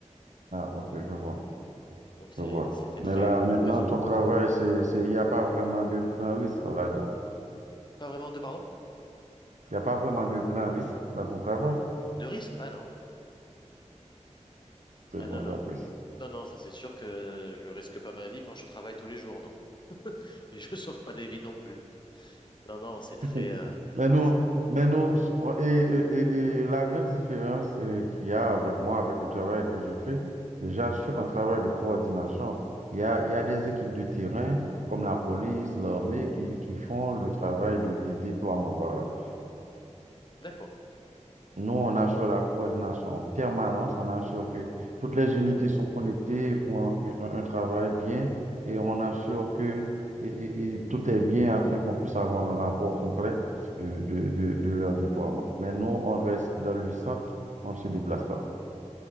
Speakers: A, on the right; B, on the left.
A: Ah, ok, je vois.
B: Donc c'est,
A: Je vois.
B: c'était
A: Mais
B: très,
A: là, maintenant,
B: très européen.
A: ton travail, c'est, c'est, il n'y a pas vraiment de grand risque là-dedans.
B: Pas vraiment de, pardon?
A: Il n'y a pas vraiment de grand risque dans ton travail.
B: De risque? Ah non.
A: C'est
B: Ah
A: bon,
B: non, non.
A: j'apprécie.
B: Non, non, ça c'est sûr que je risque pas ma vie quand je travaille tous les jours, non. Et je <laughs> sauve pas des vies non plus. Non, non, c'est très,
A: <laughs>
B: euh,
A: Mais nous,
B: c'est-
A: mais nous, et, et- et- et la grande différence euh, qu'il y a avec moi, avec le travail que je fais, j'assure un travail de coordination. Il y a, il y a des équipes de terrain, comme la police, l'armée, qui, qui font le travail de, de déploiement. Voilà.
B: d'accord.
A: Nous, on assure la coordination en permanence, on assure que toutes les unités sont connectées pour un, un- un travail bien et on assure que et- et- et tout est bien afin qu'on puisse avoir un rapport complet de, de, de, de leur déploiement. Mais nous, on reste dans le centre, on ne se déplace pas.